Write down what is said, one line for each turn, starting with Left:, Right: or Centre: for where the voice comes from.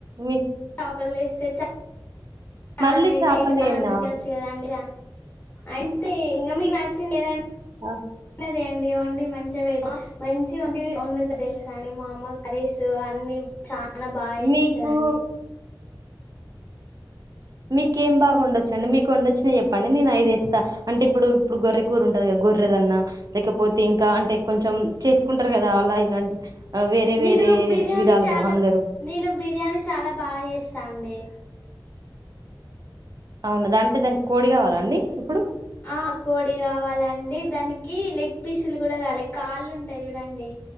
Right: మీ
Left: చాపలు తీస్తే చ చానా
Right: మళ్ళీ
Left: అయితే
Right: చేపలేనా
Left: ఇంకా చానా మంది తినచ్చు కదా అండి అంతే ఇంకా మీ నచ్చిందిదంట
Right: ఆ
Left: రండి వండి మంచిగా పెడతా మంచి వన్ వండుతా తెలుసా నేను మామూలు కర్రీస్ అన్నీ చాలా చానా బాగచేస్తానండి
Right: మీకు మీకేం ఎమ్ బాగా వండొచ్చు అండి మీకు వండొచ్చిన చెప్పండి నేను అఐదేస్తా అంటే ఇప్పుడు ఇప్పుడు గొర్రె కూర ఉంటది గోర్రదన్నా లేకపోతే ఇంకా అంటే కొంచెం చేసుకుంటారు కదా అలా ఇలాంటి వేరే
Left: నేను
Right: వేరే
Left: బిర్యానీ
Right: విధాలుగా
Left: చాలా
Right: అందరూ
Left: నేను బిర్యానీ చాలా బాగా చేస్తా అండి.
Right: అవును అంటే దానికి కోడి కావాల అండి ఇప్పుడు
Left: ఆ కోడి కావాలండి దానికి లెగ్ పీసులు కూడా కావాలి కాళ్ళు ఉంటాయి చూడండి